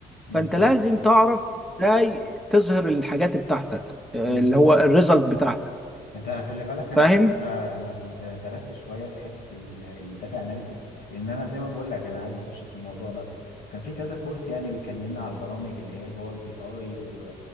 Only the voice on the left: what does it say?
بالظبط
امم
انت خلي بالك انا
كنت انا كنت درست شويه في حته الداتا اناليسيس لان انا زي ما بقول لك انا عايز اخش في الموضوع ده فكان في كذا كورس يعني بيكلمنا على البرامج اللي هي الباور بي اي و...